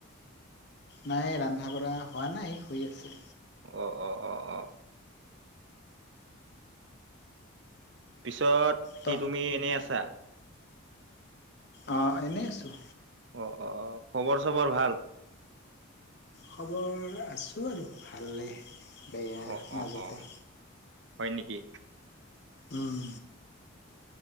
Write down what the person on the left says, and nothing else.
নাই ৰন্ধা বঢ়া হোৱা নাই হৈ আছে।
ত
অ' এনেই আছোঁ।
খবৰ আছোঁ আৰু ভালে বেয়া
মাজতে।
উম।